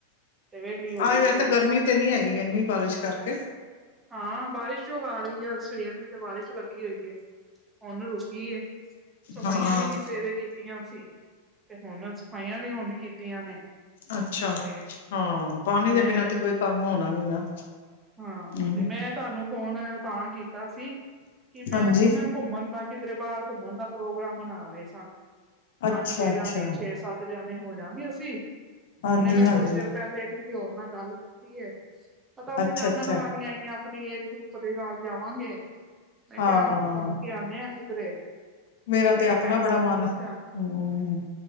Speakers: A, on the right; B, on the left.
A: ਤੇ ਵਿਹਲੀ ਹੋਈ
B: ਆਜ ਵੈਸੇ
A: ਸੀ
B: ਗਰਮੀ ਤੇ ਨੀ ਹੈਗੀ ਇੰਨੀ, ਬਾਰਿਸ਼ ਕਰਕੇ।
A: ਹਾਂ ਬਾਰਿਸ਼ ਚੋ ਆ ਰਈ ਏ, ਸਵੇਰ ਦੀ ਤੇ ਬਾਰਿਸ਼ ਲੱਗੀ ਹੋਈ ਐ, ਹੁਨ ਰੁਕੀ ਏ। ਸਫਾਈਆਂ
B: ਹਾਂ
A: ਵੀ ਨੀ ਸਵੇਰੇ ਕੀਤੀਆਂ ਅਸੀਂ, ਤੇ ਹੁਣ ਸਫਾਈਆਂ ਵੀ ਹੁਣ ਕੀਤੀਆਂ ਨੇ।
B: ਅੱਛਾ,
A: ਤੇ
B: ਹਾਂ। ਪਾਣੀ
A: ਮੈਂ
B: ਦੇ ਬਿਨਾਂ ਤੇ ਕੋਈ ਕੰਮ ਹੋਣਾ ਨੀ ਨਾ।
A: ਹਾਂ।
B: ਹਮ
A: ਤੇ ਮੈਂ ਤਾਨੂੰ ਫੋਨ ਤਾਂ ਕੀਤਾ ਸੀ, ਕਿ ਮੈਂ
B: ਹਾਂਜੀ
A: ਸੀ ਨਾ ਘੁੰਮਣ ਦਾ, ਕਿਧਰੇ ਬਾਰ ਘੁੰਮਣ ਦਾ ਪ੍ਰੋਗਰਾਮ ਬਨਾ ਰਹੇ ਸਾਂ। ਪੰਜ
B: ਅੱਛਾ
A: ਛੇ
B: ਅੱਛਾ
A: ਜਾਣੇ ਛੇ ਸੱਤ ਜਾਣੇੇ ਹੋ ਜਾਗੇ ਅਸੀਂ,
B: ਹਾਂਜੀ
A: ਹੁਣੇ ਮੈਂ
B: ਹਾਂਜੀ
A: ਥੋੜੀ ਦੇਰ ਪਹਿਲੇ ਕਿਸੇ ਹੋਰ ਨਾਲ ਗੱਲ ਕੀਤੀ ਹੈ। ਤਾਂ
B: ਅੱਛਾ
A: ਵੀ ਜਾਨਣ
B: ਅੱਛਾ
A: ਵਾਲੀਆਂ ਆਈਆਂ। ਆਪਣੀ ਏਜ ਗਰੁੱਪ ਦੇ ਨਾਲ ਜਾਵਾਂਗੇ। ਮੈਂ
B: ਹਾਂ
A: ਕਿਹਾ ਘੁੰਮ ਕੇ ਆਉਂਦੇ ਆ ਕਿਧਰੇ।
B: ਮੇਰਾ
A: ਮੈਂ
B: ਤੇ
A: ਕਿਹਾ
B: ਆਪਣਾ
A: ਭੈਣ
B: ਬੜਾ
A: ਜੀ
B: ਮਨ,
A: ਨੂੰ ਪੁੱਛਿਆ
B: ਹੂੰ